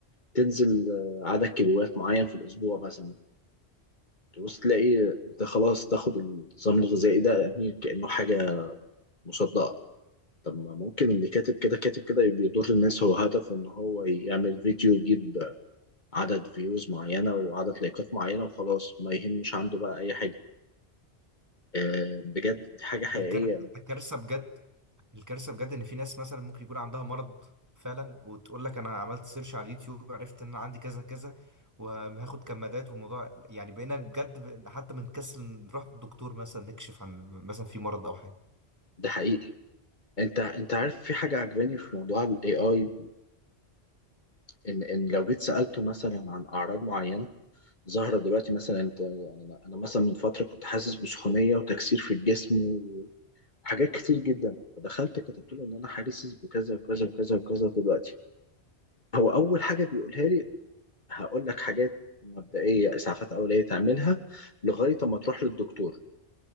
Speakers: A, on the left (about 45°); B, on the right (about 15°).
A: تنزل آه، عدد كيلوات معين في الاسبوع مثلا تبص تلاقي انت خلاص تاخد النظام الغذائي ده يعني كانه حاجه مصدقه طب ما ممكن اللي كاتب كده كاتب كده بيضر الناس هو هدفه ان هو يعمل فيديو يجيب عدد فيوز معينه وعدد لايكات معينه وخلاص ما يهمش عنده بقى اي حاجه آه، بجد دي حاجه حقيقيه
B: ده كار- ده كارثة بجد الكارثه بجد ان في ناس مثلا ممكن يكون عندها مرض فعلا وتقول لك انا عملت سيرش على اليوتيوب عرفت ان انا عندي كذا كذا وهاخد كمادات والموضوع يعني بقينا بجد ب- حتى بنكسل نروح للدكتور مثلا نكشف عن مثلا في مرض او حاجه
A: ده حقيقي انت انت عارف في حاجه عجباني في موضوع الاي اي ان ان لو جيت سالته مثلا عن اعراض معينه ظاهره دلوقتي مثلا انت انا أنا مثلا من فتره كنت حاسس بسخونيه وتكسير في الجسم وحاجات كتير جدا فدخلت كتبت له ان انا حاسس بكذا وكذا وكذا وكذا دلوقتي هو اول حاجه بيقولها لي هقول لك حاجات مبدئيه اسعافات اوليه تعملها لغايه اما تروح للدكتور